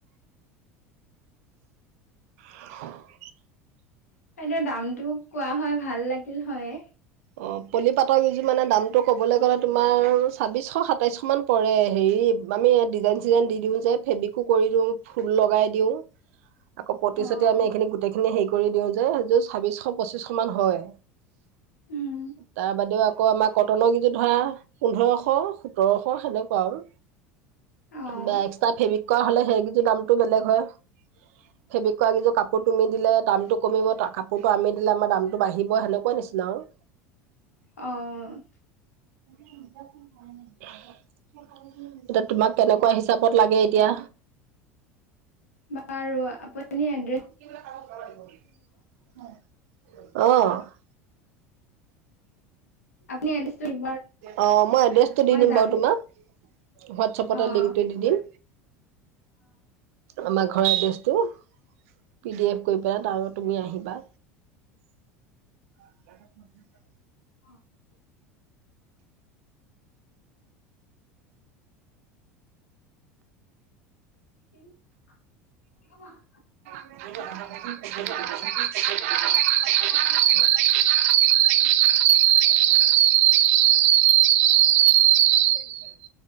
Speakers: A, on the right; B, on the left.
A: <unintelligible>
B: এনেই দামটো কোৱা হয় ভাল লাগিল হয়।
A: অ', পলিপাতৰ কিযোৰ মানে দামটো ক'বলৈ গ'লে তোমাৰ ছাব্বিচশ সাতাইছশ মান পৰে, হেৰি আমি ডিজাইন চিজাইন দি দিওঁ যে, ফেব্ৰিকো কৰি দিওঁ, ফুল লগাই দিও, আকৌ পতি
B: অ',
A: চটি আমি এইখিনি গোটেই খিনি হেৰি কৰি দিওঁ যে, এযোৰ চাবিছশ পঁচিচশ মান হয়,
B: উম,
A: তাৰ বাদেও আকৌ আমাৰ কটনৰ কিযোৰ ধৰা পোন্ধৰশ সোতৰশ সেনেকুৱা আৰু,
B: অ',
A: ল বা এক্সট্ৰা ফেব্ৰিক কৰা হ'লে সেইকেইযোৰ দামটো বেলেগ হয়।
B: <inaudible>
A: ফেব্ৰিক কৰা কেইযোৰ কাপোৰ দিলে দামটো কমিব, কাপোৰটো আমি দিলে আমাৰ বাঢ়িব, সেনেকুৱা নিচিনা আৰু।
B: অ'।
A: <inaudible> এতিয়া তোমাক কেনেকুৱা হিচাপত লাগে এতিয়া
B: বাৰু আপুনি এড্ৰেছ
A: অ'।
B: আপুনি এড্ৰেছটো দিব আৰু।
A: অ মই এড্ৰেছটো দি
B: মই
A: দিম
B: যাম
A: বাৰু তোমাক। হোৱাটছপতে
B: অ',
A: লিংকটো দি দিম। আমাৰ ঘৰৰ এড্ৰেছটো, পি ডি এফ কৰি পেলাই তাৰ তুমি আহিবা। <inaudible>
B: <inaudible> <unintelligible>
A: <unintelligible>
B: অ'।
A: <unintelligible> <unintelligible>